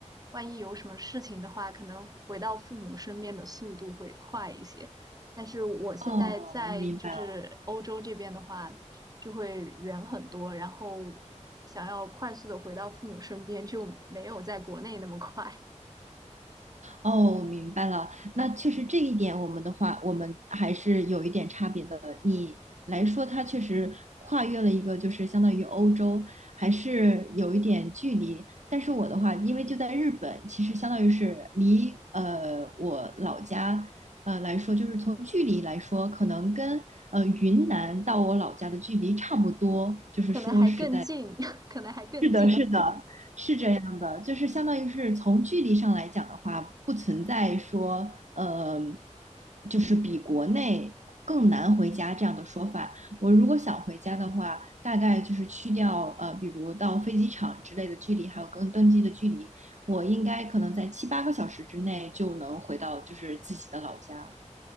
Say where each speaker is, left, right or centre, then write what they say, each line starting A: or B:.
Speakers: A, on the right; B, on the right.
A: 万一有什么事情的话，可能回到父母身边的速度会快一些。但是我现在在就是欧洲这边的话，
B: 哦，明白。了。
A: 就会远很多，然后想要快速的回到父母身边，就没有在国内那么快，
B: 哦，明白了。那确实这一点，我们的话，我们还是有一点差别的。你来说，它确实跨越了一个，就是相当于欧洲，还是有一点距离。但是我的话，因为就在日本，其实相当于是离呃我老家呃来说，就是从距离来说，可能跟呃云南到我老家的距离差不多。就是说实在。
A: 可能还更近，<laughs> 可能还更近。
B: 是的，是的，是这样的，就是相当于是从距离上来讲的话，不存在说呃，就是比国内更难回家这样的说法。我如果想回家的话，大概就是去掉呃，比如到飞机场之类的距离，还有跟登机的距离，我应该可能在七八个小时之内就能回到就是自己的老家。